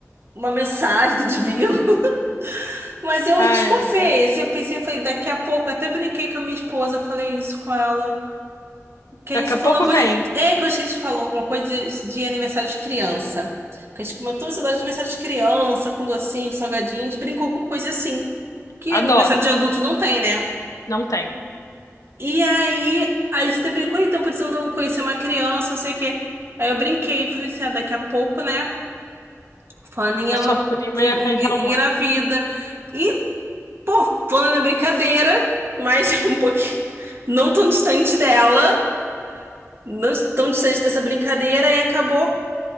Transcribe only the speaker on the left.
Ai,
meu Deus.
Daqui
a
pouco
vem.
Adoro.
Não tem.
A sua prima
ia arranjar
uma.